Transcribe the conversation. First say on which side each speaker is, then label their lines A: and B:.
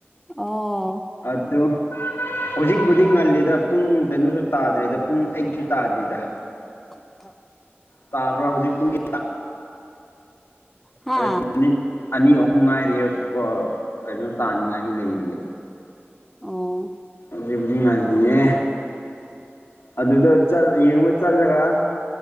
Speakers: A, in the centre; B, on the left (about 75°).
A: ꯑꯣ
B: ꯑꯗꯨ ꯍꯧꯖꯤꯛꯕꯨꯗꯤ ꯉꯜꯂꯤꯗ ꯄꯨꯡ ꯀꯩꯅꯣꯁꯨ ꯇꯥꯗ꯭ꯔꯤꯗ ꯄꯨꯡ ꯑꯩꯠꯁꯨ ꯇꯥꯗ꯭ꯔꯤꯗ
A: <inaudible>
B: ꯇꯥꯕ꯭ꯔ ꯍꯧꯖꯤꯛ ꯄꯨꯨꯡ <inaudible>
A: ꯍꯥ
B: ꯑꯗꯅꯤ ꯑꯅꯤ ꯑꯍꯨꯝ ꯉꯥꯏꯔꯤꯌꯦ ꯀꯩꯅꯣ ꯇꯥꯅꯤꯉꯥꯏꯒꯤ ꯂꯩꯔꯤꯌꯦ
A: ꯑꯣ
B: <unintelligible> ꯉꯜꯂꯤꯌꯦ ꯑꯗꯨꯗ ꯆꯠ ꯌꯦꯡꯉꯕ ꯆꯠꯂꯒ